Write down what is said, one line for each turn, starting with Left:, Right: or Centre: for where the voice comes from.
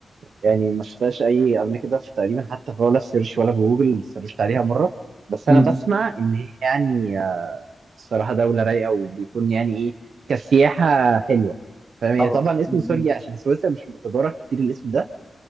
Right: يعني ما شفتهاش اي قبل كده في تقريبا حتى في ولا في سيرش ولا في جوجل سيرشت عليها مره بس
Centre: مم.
Right: انا بسمع ان هي يعني آه، الصراحه دوله رايقه وبيكون يعني ايه كسياحه حلوه فاهم هي
Centre: أو-
Right: طبعا اسم
Centre: مم.
Right: سوريا عشان سويسرا مش متدارك كتير الاسم ده